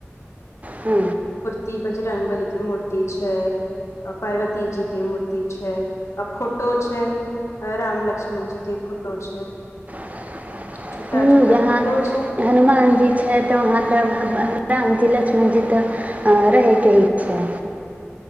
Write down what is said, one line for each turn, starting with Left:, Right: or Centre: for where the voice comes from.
Right: हू
Left: ती बज रंगबल के मूर्ति छै पार्वती जी के मूर्ति छै आ फोटो छै राम लक्ष्मण जी के फोटो छै
Right: <inaudible>
Left: छोटा छोटा
Right: जहाँ
Left: फोटो छै
Right: हनुमान जी छै तऽ वहाँ तऽराम लक्ष्मणजि त रहैके ही छै